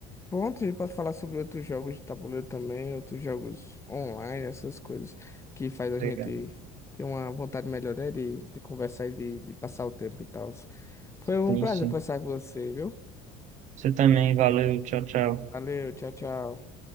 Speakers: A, on the left; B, on the right.
A: Pronto, a gente pode falar sobre outros jogos de tabuleiro também, outros jogos online, essas coisas que faz a
B: Legal.
A: gente ter uma vontade melhor, né? De, de conversar e de, de passar o tempo e tal. Foi um
B: Sim,
A: prazer
B: sim.
A: conversar com você, viu?
B: Você também, valeu, tchau, tchau.
A: Valeu, tchau, tchau.